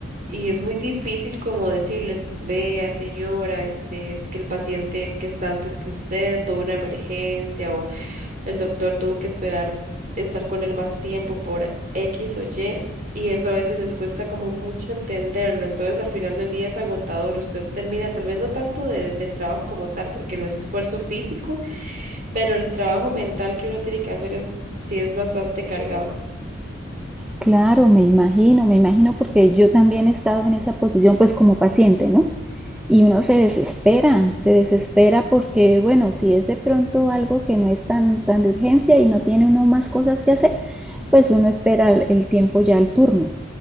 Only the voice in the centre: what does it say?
Claro, me imagino, me imagino porque yo también he estado en esa posición pues como paciente, ¿no? Y uno se desespera, se desespera porque, bueno, si es de pronto algo que no es tan, tan de urgencia y no tiene uno más cosas que hacer, pues uno espera el, el tiempo ya al turno.